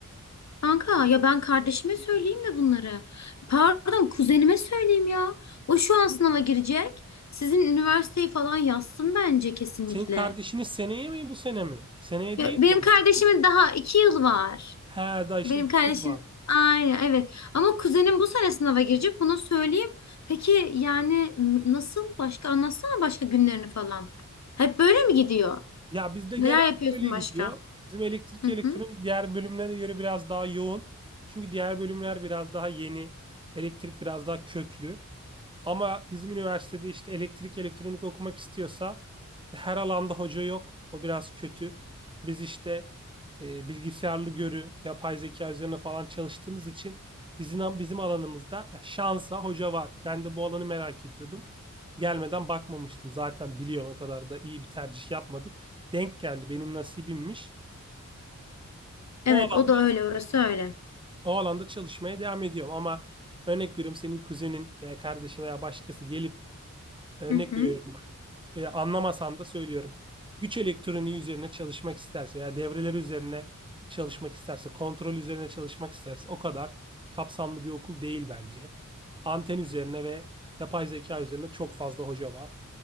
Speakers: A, on the left (about 55°); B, on the right (about 15°).
A: Kanka ya ben kardeşime söyleyeyim de bunları. Pardon kuzenime söyleyeyim ya. O şu an sınava girecek. Sizin üniversiteyi falan yazsın bence kesinlikle.
B: Senin kardeşiniz seneye mi bu sene mi? Seneye
A: Ya,
B: değil
A: benim
B: mi onun?
A: kardeşimin daha iki yıl var.
B: He daha işte
A: Benim
B: iki
A: kardeşim
B: yıl var.
A: aynen evet. Ama kuzenim bu sene sınava girecek onu söyleyeyim. Peki yani m- nasıl başka anlatsana başka günlerini falan. Hep böyle mi gidiyor?
B: Ya bizde
A: Neler
B: genelde
A: yapıyorsun
B: böyle gidiyor.
A: başka?
B: Bizim elektrik
A: Hı hı.
B: elektronik diğer bölümlere göre biraz daha yoğun. Çünkü diğer bölümler biraz daha yeni. Elektrik biraz daha köklü. Ama bizim üniversitede işte elektrik elektronik okumak istiyorsa her alanda hoca yok. O biraz kötü. Biz işte e, bilgisayarlı görü, yapay zeka üzerine falan çalıştığımız için bizim bizim alanımızda şansa hoca var. Ben de bu alanı merak ediyordum. Gelmeden bakmamıştım. Zaten biliyorsun o kadar da iyi bir tercih yapmadık. Denk geldi benim nasibimmiş.
A: Evet
B: O alan,
A: o da öyle orası öyle.
B: o alanda çalışmaya devam ediyorum ama örnek veriyorum senin kuzenin veya kardeşin veya başkası gelip örnek
A: Hı hı.
B: veriyorum e, anlamasan da söylüyorum. Güç elektroniği üzerine çalışmak isterse veya devreleri üzerine çalışmak isterse, kontrol üzerine çalışmak isterse o kadar kapsamlı bir okul değil bence. Anten üzerine ve yapay zeka üzerine çok fazla hoca var.